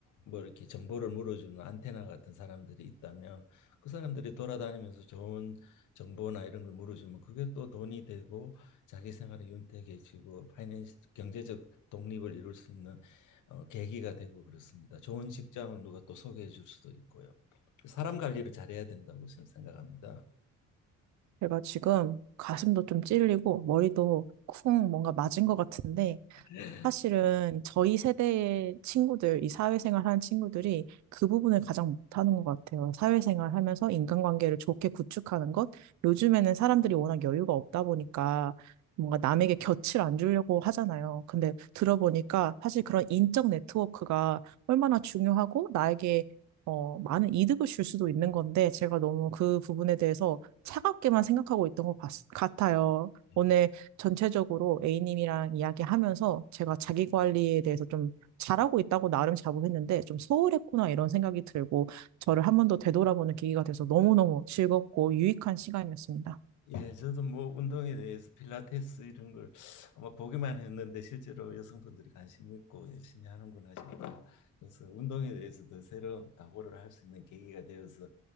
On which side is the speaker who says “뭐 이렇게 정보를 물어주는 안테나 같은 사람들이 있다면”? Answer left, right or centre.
Left